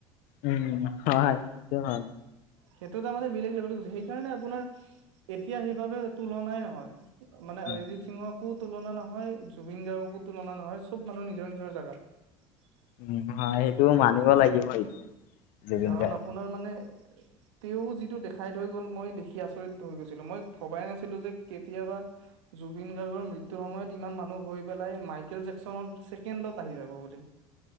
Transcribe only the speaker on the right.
সেইটো তাৰ মানে বেলেগ লেভেল গুজি সেইকাৰণে আপোনাৰ এতিয়া সেইবাবে তুলনাই নহয়। মানে
অৰিজিত সিংহক ো তুলনা নহয় জুবিন গাৰ্গকো তুলনা নহয় চব মানুহ নিজৰ নিজৰ জেগাত।
কাৰণ
আপোনাৰ মানে তেও যিটো দেখাই থৈ গল মই দেখি আচৰিত হৈ গৈছিলো মই ভবাই নাছিলো যে কেতিয়াবা জুবিন গাৰ্গৰ মৃত্যুৰ সময়ত ইমান মানুহ হৈ পেলাই মাইকেল জেকচনত ছেকেণ্ডত আহি যাব বুলি।